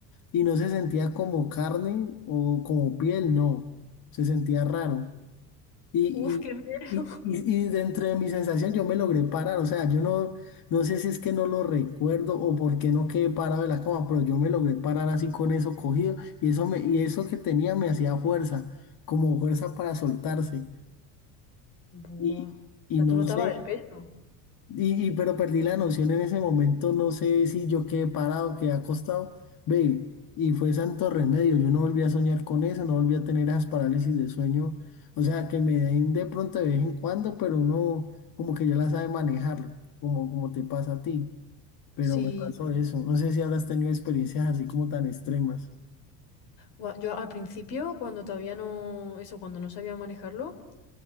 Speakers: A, on the left; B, on the left.
A: y no se sentía como carne o como piel, no, se sentía raro. Y,
B: Uf, qué miedo.
A: y, y, y- y dentro de mi sensación yo me logré parar, o sea, yo no, no sé si es que no lo recuerdo o por qué no quedé parado de la cama, pero yo me logré parar así con eso cogido y eso, me, y eso que tenía me hacía fuerza, como fuerza para soltarse.
B: Buah.
A: Y,
B: O
A: y
B: sea,
A: no
B: tú notabas
A: sé,
B: el peso.
A: y, y- pero perdí la noción en ese momento, no sé si yo quedé parado, quedé acostado, ve, y fue santo remedio, yo no volví a soñar con eso, no volví a tener esas parálisis de sueño, o sea, que me den de pronto de vez en cuando, pero uno como que ya la sabe manejar, como, como te pasa a ti, pero
B: Sí.
A: me pasó eso, no sé si habrás tenido experiencias así como tan extremas.
B: Buah, yo al principio, cuando todavía no, eso, cuando no sabía manejarlo,